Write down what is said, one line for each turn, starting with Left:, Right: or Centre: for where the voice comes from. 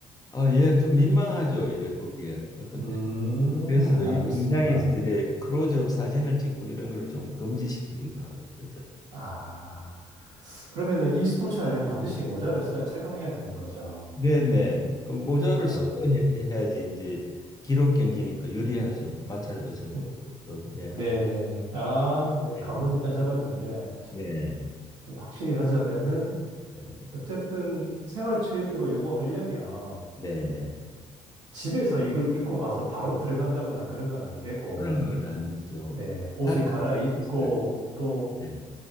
Left: 아, 예, 좀 민망하죠. 이래 보기에 어떤
Right: 음,
Left: 그래서
Right: 알겠습니다.
Left: 이 공장에서 이래 크로즈업 사진을 찍고 이런 걸 좀 금지시키기도 하고 그러죠.
Right: 아, 그러면은 이 스포츠 하려면 반드시 모자를 써야 착용해야 되는 거죠.
Left: 네네. 어, 모자를
Right: 아,
Left: 쓰고 해- 해야지 이제 기록 경기니까 유리하죠. 마찰도 적고
Right: 음,
Left: 또 예.
Right: 네네네. 아, 네.
Left: 예.
Right: 감은 일단 잡았는데,
Left: 네.
Right: 좀 확실히 하자면은,
Left: 네.
Right: 어쨌든 생활체육으로 요거 하려면,
Left: 네네.
Right: 집에서 이걸 입고 가서 바로 들어간다거나 그런 건 안 되고,
Left: 그런 건 아니죠.
Right: 네, 옷을
Left: 다른
Right: 갈아입고
Left: 기술을.
Right: 또,
Left: 네.